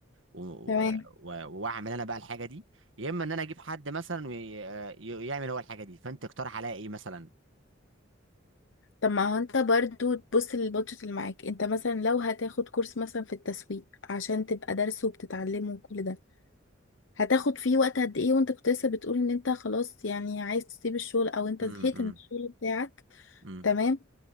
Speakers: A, on the right (about 75°); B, on the left (about 70°).
A: و-
B: تمام
A: و- واعمل انا بقى الحاجه دي يا اما ان انا اجيب حد مثلا ويعمل هو الحاجه دي فانت اقترح عليا ايه مثلا
B: طب ما هو انت برضو تبص للبادجت اللي معاك انت مثلا لو هتاخد كورس مثلا في التسويق عشان تبقى دارسه وبتتعلمه وكل ده هتاخد فيه وقت قد ايه وانت كنت لسه بتقول ان انت خلاص يعني عايز تسيب الشغل او انت
A: امم
B: زهقت من الشغل بتاعك
A: امم
B: تمام